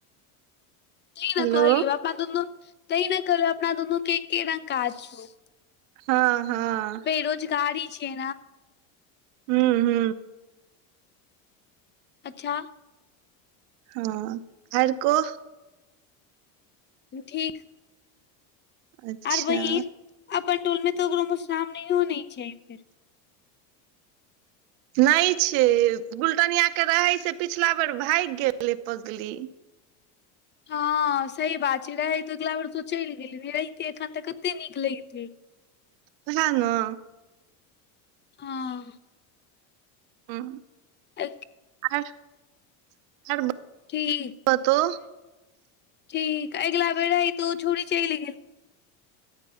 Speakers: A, on the left; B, on the right.
A: तै ने
B: हेलो
A: कहलियौ अपना दुनू तै ने कहलियौ अपना दुनू के के रंगग काज छौ
B: हँ हँ
A: बेरोजगारी छियै
B: हूँ हू
A: अच्छा
B: हँ आर कहु
A: ठीक
B: अच्छा
A: आर वहीन अपन टोलमे तऽ ककरो मधुश्रामनी नहियो छै फेर
B: नहि छै फुलडालीया के रहे से पिछला बेर भागि गेलै पगली
A: हँ सही बात छै रहैत अगिला बेर स चलि गेलै रहितै एखन तऽ कतेक नीक लगतै
B: सेएह ने
A: हँ
B: हँ
A: अ
B: आर
A: ठीक
B: बतो
A: ठीक अगिला बेर ही तू छोरी च लि गेल